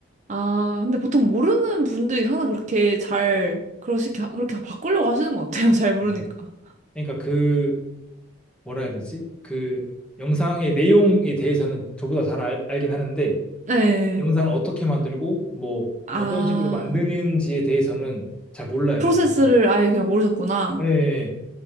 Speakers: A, on the right; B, in the centre.
A: 아, 근데 보통 모르는 분들이 항상 그렇게 잘, 그러시게, 하- 그렇게 바꾸려고 하시는 것 같아요. <laughs> 잘 모르니까.
B: 네. 그러니까 그 뭐라 해야 되지? 그 영상의 내용에 대해서는 저보다 잘 알, 알긴 하는데
A: 네.
B: 영상을 어떻게 만들고 뭐
A: 아,
B: 어떤 식으로 만드는지에 대해서는 잘 몰라요,
A: 프로세스를
B: 그분이.
A: 아예 그냥 모르셨구나.
B: 예. 예.